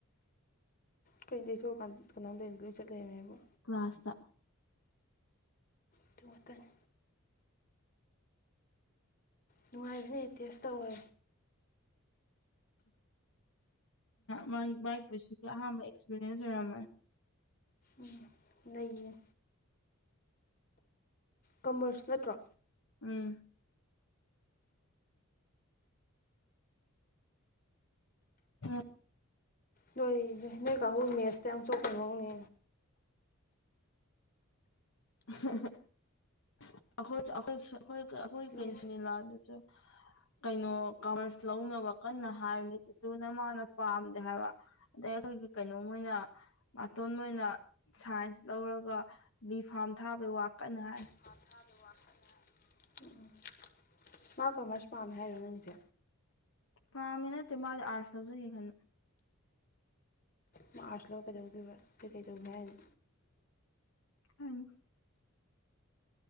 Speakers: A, on the left; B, on the left.
A: ꯀꯩꯅ ꯇꯩꯊꯣꯛꯑꯀꯥꯟꯗ ꯀꯅꯥꯝꯕꯦꯟꯗ ꯂꯣꯏ ꯆꯠꯂꯔꯃꯦꯕ
B: ꯀ꯭ꯂ꯭ꯔꯥꯁꯇ
A: ꯑꯗꯨ ꯉꯥꯇꯅꯤ ꯅꯨꯡꯉꯥꯏꯕꯅ ꯑꯦꯇꯦꯁ ꯇꯧꯋꯦ
B: ꯃꯥꯒꯤ ꯃꯥꯏꯄꯨꯟꯁꯤꯒꯤ ꯑꯍꯥꯟꯕ ꯑꯦꯛꯁꯄꯤꯔꯤꯌꯦꯟꯁ ꯑꯣꯏꯔꯝꯃꯣꯏ
A: ꯎꯝ ꯂꯩꯌꯦ ꯀꯃꯔꯁ ꯅꯠꯇ꯭ꯔꯣ
B: ꯎꯝ ꯎꯝ
A: ꯅꯣꯏ ꯅꯣꯏ ꯅꯣꯏ ꯀꯥꯡꯕꯨ ꯃꯦꯠꯁꯇ ꯌꯥꯝ ꯆꯣꯛꯄ ꯃꯑꯣꯡꯅꯦ
B: <unintelligible> ꯑꯩꯈꯣꯏ ꯑꯩꯈꯣꯏ ꯑꯩꯈꯣꯏ ꯑꯩꯈꯣꯏ
A: ꯃꯦꯠꯁ
B: ꯀꯩꯅꯣꯁꯤꯅꯤꯂꯥꯗꯁꯨ ꯀꯩꯅꯣ ꯀꯃꯔꯁ ꯂꯧꯅꯕ ꯀꯟꯅ ꯍꯥꯏꯕꯅꯤ ꯇꯤꯇꯨꯅ ꯃꯥꯅ ꯄꯥꯝꯗꯦ ꯍꯥꯏꯕ ꯑꯗꯩ ꯑꯩꯈꯣꯏꯒꯤ ꯀꯩꯅꯣ ꯃꯣꯢꯅ ꯃꯇꯣꯟ ꯑꯣꯏꯅ ꯁꯥꯏꯟꯁ ꯂꯧꯔꯒ ꯕꯤ ꯐꯥꯝ ꯊꯥꯕꯩ ꯋꯥꯀꯟꯅ ꯍꯥꯏ
A: ꯄꯥꯊꯥ ꯗ ꯋꯥ ꯀꯅꯦ ꯎ <unintelligible> ꯃꯥ ꯀꯃꯔꯁ ꯄꯥꯝꯃꯦ ꯍꯥꯏꯔꯣ ꯅꯪꯁꯦ
B: ꯄꯥꯝꯃꯦ ꯅꯠꯇꯦ ꯃꯥꯗꯤ ꯑꯥꯔꯠꯁ ꯂꯧꯖꯒꯦꯈꯟ
A: ꯃꯥ ꯑꯥꯔꯁ ꯂꯧꯔ ꯀꯩꯗꯧꯗꯣꯢꯕ ꯀꯩ ꯀꯩ ꯇꯧꯒꯦ ꯍꯥꯢꯅꯣ
B: ꯎꯝ